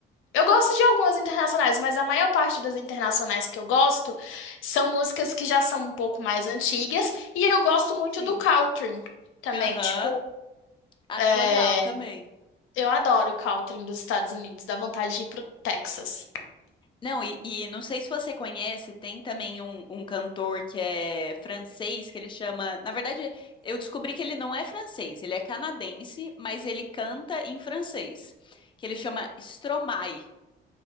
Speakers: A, on the left (about 85°); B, on the left (about 25°).
A: Eu gosto de algumas internacionais, mas a maior parte das internacionais que eu gosto são músicas que já são um pouco mais antigas. E eu gosto muito
B: sim.
A: do country também,
B: Aham.
A: tipo.
B: Acho
A: é,
B: legal também.
A: eu adoro o country dos Estados Unidos, dá vontade de ir pro Texas.
B: Não, e, e não sei se você conhece, tem também um, um cantor que é francês, que ele chama. Na verdade, eu descobri que ele não é francês, ele é canadense, mas ele canta em francês, que ele chama Stromae.